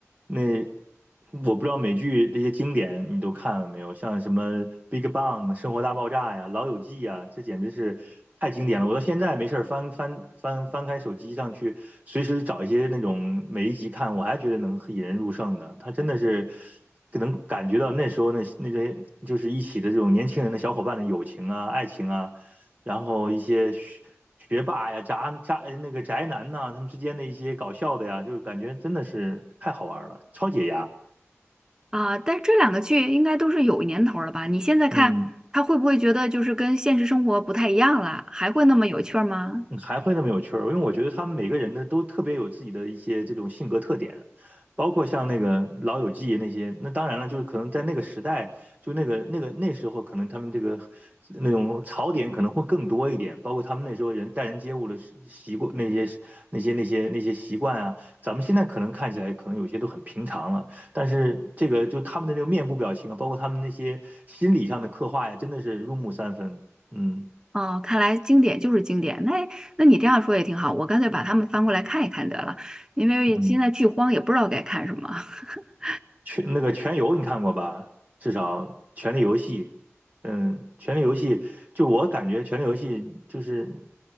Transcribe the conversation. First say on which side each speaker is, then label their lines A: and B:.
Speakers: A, on the right; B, on the right.
A: 那我不知道美剧那些经典你都看了没有？像什么《Big Bang》《生活大爆炸》呀，《老友记》呀，这简直是太经典了。我到现在没事儿翻翻翻翻开手机上去，随时找一些那种每一集看，我还觉得能引人入胜的。他真的是能感觉到那时候那那些就是一起的这种年轻人的小伙伴的友情啊、爱情啊，然后一些学学霸呀、渣渣呃那个宅男呐、他们之间的一些搞笑的呀，就感觉真的是太好玩了，超解压。
B: 啊，但是这两个剧应该都是有年头了吧？你现在看，
A: 嗯，
B: 他会不会觉得就是跟现实生活不太一样了？还会那么有趣儿吗？
A: 嗯还会那么有趣儿，因为我觉得他们每个人的都特别有自己的一些这种性格特点，包括像那个《老友记》那些，那当然了，就是可能在那个时代，就那个那个那时候，可能他们这个那种槽点可能会更多一点，包括他们那时候人待人接物的习习惯，那些那些那些那些习惯啊，咱们现在可能看起来可能有些都很平常了，但是这个就他们的这个面部表情啊，包括他们那些心理上的刻画呀，真的是入木三分，嗯。
B: 哦，看来经典就是经典。那那你这样说也挺好，我干脆把它们翻过来看一看得了，因为现在剧荒也不知道该看什么。
A: 嗯
B: <laughs>
A: 全那个《全游》你看过吧？至少《权力游戏》，嗯，《权力游戏》就我感觉《权力游戏》就是，